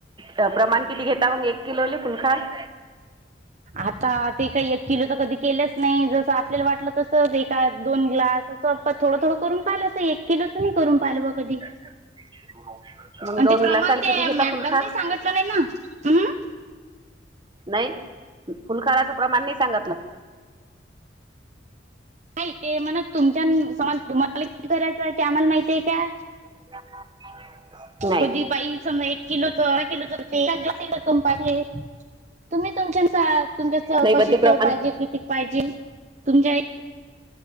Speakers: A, on the right (about 25°); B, on the right (about 40°).
A: त प्रमाण किती घेता मग एक किलोले फुलखाय.
B: आता ते काही एक किलो तर कधी केलंच नाही. जसं आपल्याला वाटलं तस एका दोन ग्लास. चप्पा थोडं- थोडं करून पाहिलंलं एक किलोच नाही करून पाहिलं ब कधी.
A: <inaudible> मग
B: आणि
A: दोन
B: ते प्रमाण
A: ग्लासाला
B: ते
A: किती घेतात
B: मॅडमनी
A: तुमच्यात.
B: सांगितलं नाही ना. हम्म
A: नाही फुल खाचं प्रमाण नाही सांगितलं.
B: नाही ते म्हण तुमच्या समज तुम्हाला किती, करायचं आहे ते आम्हाला माहिती आहे का.
A: <inaudible> नाही.
B: कधी बाई सम एक किलोचा <unintelligible> किलोचां. <unintelligible> सीड कम पाहिले तुम्ही तुमच्या नुसार तुमच्या चौकशी
A: नाही पण ते प्रमाण
B: <unintelligible> पाहिजे किती पाहिजेल तुमच्या